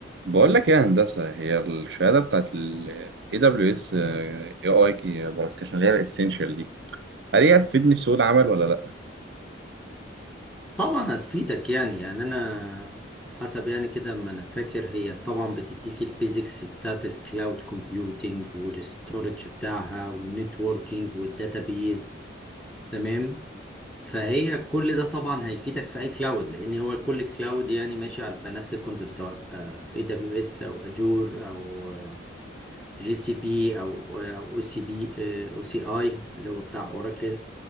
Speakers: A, on the right; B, in the centre.
A: بقول لك إيه يا هندسة هي الشهادة بتاعت ال AWS AI Broadcast اللي هي الاسينشال دي هل هي هتفيدني في سوق العمل ولا لأ؟
B: طبعا هتفيدك يعني يعني انا حسب يعني كده ما انا فاكر هي طبعا بتديك البيزكس بتاعت الكلاود كومبيوتينج والاستورج بتاعها والنتوركينج والداتابيز تمام فهي كل ده طبعا هيفيدك في اي كلاود لان هو كل كلاود يعني ماشي على نفس الكونسيبت سواء اي دبليو اس او اجور او جي سي بي او آه، او سي بي او سي اي اللي هو بتاع اوراكل